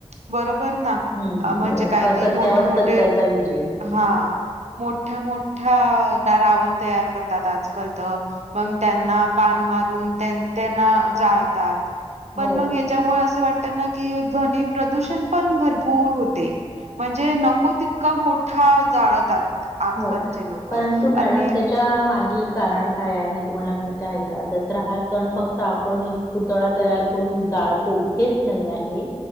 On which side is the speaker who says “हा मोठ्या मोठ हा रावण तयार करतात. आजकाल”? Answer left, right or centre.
Right